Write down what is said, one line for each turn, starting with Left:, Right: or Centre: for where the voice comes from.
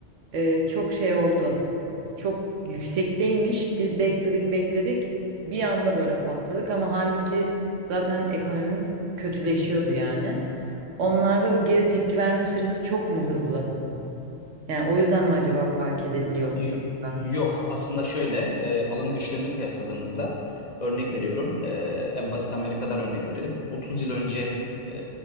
Right: e, çok şey oldu çok yüksekteymiş. Biz bekledik bekledik. Bir anda böyle patladık ama halbuki zaten ekonomimiz kötüleşiyordu yani. Onlarda bu geri tepki verme süresi çok mu hızlı? Yani o yüzden mi acaba fark ediliyor
Left: Y-
Right: şu anda?
Left: Yok aslında şöyle e, alım güçlerini kıyasladığımızda örnek veriyorum E, en basit Amerika'dan örnek verelim. 30 yıl önce e,